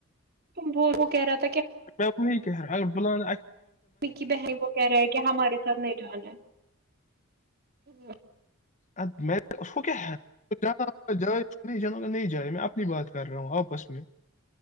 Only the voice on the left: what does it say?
میں وہیگر بان
ا میں اس کو کیا ہے جانا ہوگا جائے نہیں جانا ہوگا نہیں جائے میں اپنی بات کر رہا ہوں آپس میں